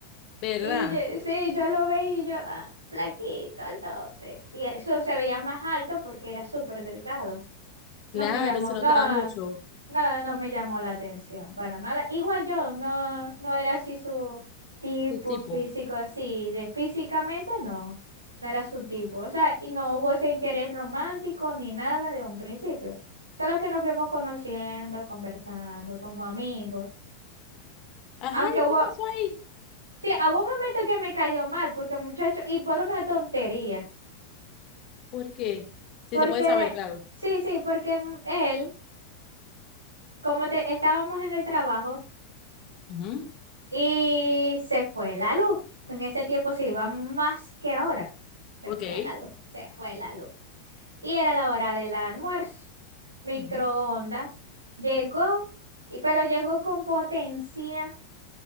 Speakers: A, on the left; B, on the right.
A: ¿Verdad?
B: Y yo- sí, yo lo veía y yo, ah, flaquito, altote. Y eso se veía más alto porque era súper delgado. No
A: Claro,
B: me llamó,
A: se notaba
B: no,
A: mucho.
B: no, no me llamó la atención para nada. Igual yo, no, no era así su tipo
A: Tu tipo.
B: físico, así, de físicamente no, no era su tipo. O sea, y no hubo ese interés romántico ni nada de un principio. Solo que nos fuimos conociendo, conversando como amigos.
A: Ajá,
B: Aunque
A: ¿y
B: hubo,
A: qué pasó ahí?
B: sí, hubo un momento que me cayó mal, porque muchacho, y por una tontería,
A: ¿Por qué? Sí,
B: porque,
A: se puede saber, claro.
B: sí, sí, porque él, como te, estábamos en el trabajo.
A: Ujú,
B: Y se fue la luz. En ese tiempo se iba más que ahora. Se
A: Ok.
B: fue la luz, se fue la luz. Y era la hora del almuerzo. Microondas.
A: Ujú.
B: Llegó, y, pero llegó con potencia.